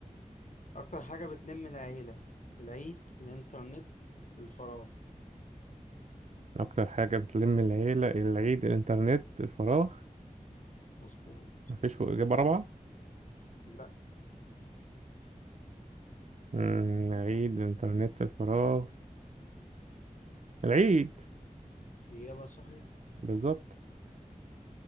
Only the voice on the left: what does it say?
اكتر حاجة بتلم العيلة العيد الانترنت الفراغ
مظبوط
لا
اجابة صحيحة